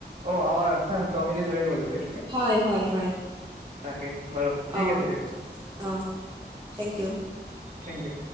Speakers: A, on the right; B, on the right.
A: অ, আমাৰ ডমিন হৈ গ'লি।
B: হয়, হয়, হয়।
A: তাকে বাৰু ঠিক
B: অ
A: আছে দিয়ক।
B: অ, থেংক ইউ।
A: Thank U.